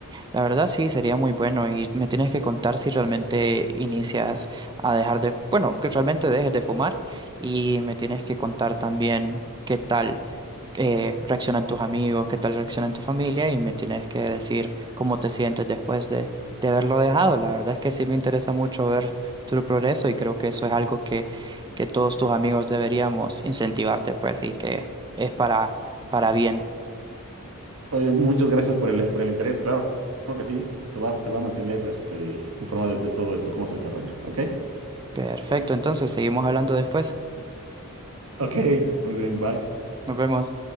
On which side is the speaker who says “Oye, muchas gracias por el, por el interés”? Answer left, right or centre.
Right